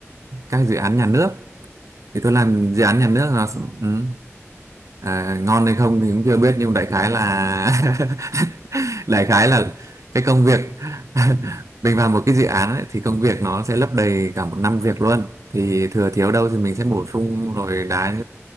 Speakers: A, on the right (about 80°); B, on the right (about 45°).
A: các dự án nhà nước thì
B: ừ
A: tôi làm dự
B: Ê,
A: án
B: ngon
A: nhà nước
B: đó
A: là
B: ngon
A: ừ. à, ngon hay
B: ngon
A: không thì cũng chưa biết nhưng đại khái
B: <laughs>
A: là <laughs> đại khái là cái công việc <laughs> mình vào một cái dự án ấy, thì công việc nó sẽ lấp đầy cả một năm việc luôn thì thừa thiếu đâu thì mình sẽ bổ sung rồi đá